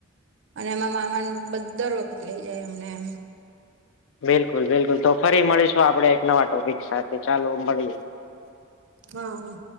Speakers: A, on the right (about 60°); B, on the left (about 65°).
A: અને એમાં મામાન બ દર વખત લઇ જાય અમને એમ
B: બિલકુલ બિલકુલ તો ફરી મળીશું આપડે એક નવા ટોપિક સાથે. ચાલો મળીએ.
A: હા હા